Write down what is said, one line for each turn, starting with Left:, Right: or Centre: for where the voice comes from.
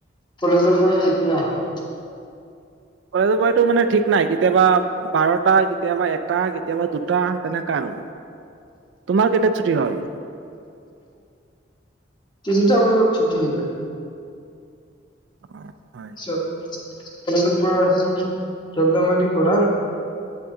Left: কলেজৰ পৰা তেতিয়া আহা
Right: কলেজৰ মইটো মানে ঠিক নাই কেতিয়াবা বাৰটা কেতিয়াবা এটা কেতিয়াবা দুটা তেনেকা আৰু তোমাৰ কেইটাত ছুটি হয়
Left: তিনিটা বজাত ছুটি হৈ যায়।
Right: অ' হয়
Left: পিছত কলেজৰ পৰা আহি খেল ধেমালি কৰা